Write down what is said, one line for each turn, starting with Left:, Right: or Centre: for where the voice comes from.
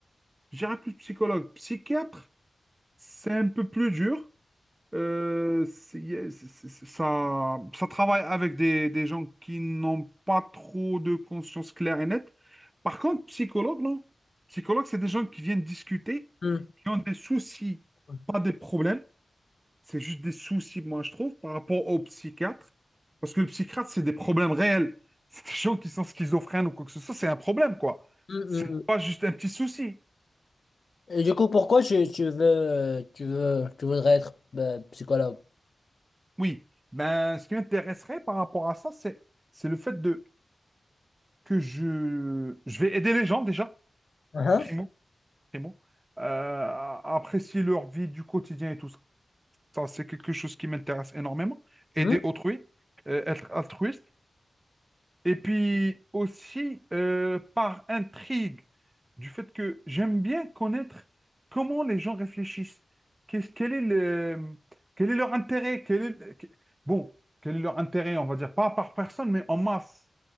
Right: J'irais plus psychologue. Psychiatre, c'est un peu plus dur. Euh, c'est- c'est- c'est- ça, ça travaille avec des, des gens qui n'ont pas trop de conscience claire et nette. Par contre, psychologue, non. Psychologue, c'est des gens qui viennent discuter,
Left: Hmm.
Right: qui ont des soucis,
Left: Hmm,
Right: pas des problèmes. C'est juste des soucis, moi, je trouve, par rapport au psychiatre. Parce que le psychiatre, c'est des problèmes réels. <laughs> C'est des gens qui sont schizophrènes ou quoi que ce soit, c'est un problème, quoi.
Left: hmm,
Right: C'est
Left: hmm.
Right: pas juste un petit souci.
Left: Et du coup, pourquoi tu, tu veux, tu veux, tu voudrais être ben, psychologue?
Right: Oui. Ben, ce qui m'intéresserait par rapport à ça, c'est, c'est le fait de que je, je vais aider les gens déjà,
Left: Hein
Right: primo, primo, euh, à apprécier leur vie du quotidien et tout ça. Ça, c'est quelque chose qui m'intéresse énormément. Aider
Left: Mhm.
Right: autrui, euh, être altruiste. Et puis aussi, euh, par intrigue, du fait que j'aime bien connaître comment les gens réfléchissent. Qu'est-ce- quel est le, quel est leur intérêt? Quel est, bon, quel est leur intérêt, on va dire, pas par personne, mais en masse.